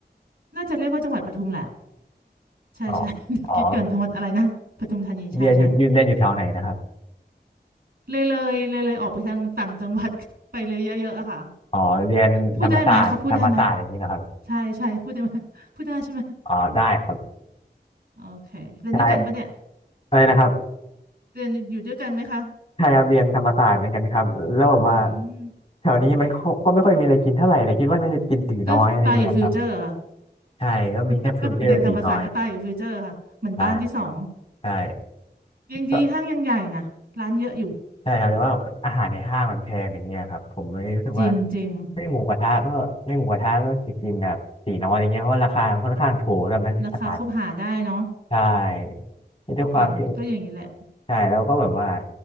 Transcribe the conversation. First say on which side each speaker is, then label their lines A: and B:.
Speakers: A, on the right; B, on the left.
A: น่าจะเรียกว่าจังหวัดปทุมแหละใช่ใช่
B: อ๋อ
A: <laughs>
B: อ๋อ
A: คิดก่อนจังหวัดอะไรนะปทุมธานีใช่ใช่
B: เรียนอยู่อยู่เรียนอยู่แถวไหนนะครับ
A: เลยเลยเลยเลยออกไปทางต่างจังหวัด <laughs> ไปเลยเยอะๆอะค่ะ
B: อ๋อเรียนธรรมศาสตร์ธรรมศาสตร์อย่างนี้นะครับ
A: พูดได้ไหมเขาพูดได้ไหมใช่ใช่พูดได้ไหมพูดได้ใช่ไหม
B: อ๋อได้ครับ
A: โอเคเรียนด้วยกันปะเนี่ย
B: ใช่อะไรนะครับ
A: เรียนอยู่ด้วยกันไหมคะ
B: ใช่ครับเรียนธรรมศาสตร์เหมือนกันครับแล้วแบบว่า
A: อืม
B: แถวนี้มันก็ก็ไม่ค่อยมีอะไรกินเท่าไหร่เลยคิดว่าน่าจะกินตีน้อยอะไรเงี้ยครับ
A: ก็ตายอยู่ฟิวเจอร์อะ
B: ใช่ก็มีแค่ฟิวเจอร์ตีน้อย
A: <laughs> เด็กธรรมศาสตร์ก็ตายอยู่ฟิวเจอร์ค่ะเหมือนบ้านที่สอง
B: ใช่ใช่
A: ยังดีห้างยังใหญ่นะร้านเยอะอยู่
B: ก็ใช่ครับแต่ว่าอาหารในห้างมันแพงอย่างเงี้ยครับผมเลยรู้สึกว่า
A: จริงจริง
B: ไม่หมูกระทะก็ไม่หมูกระทะก็จะกินแบบตีน้อยอะไรเงี้ยเพราะราคามันค่อนข้างถูกสำหรับนักศึกษา
A: ราคาคบหาได้เนาะ
B: ใช่ด้วยความที่
A: แต่ก่อนก็อย่างนี้แหละ
B: ใช่แล้วก็แบบว่า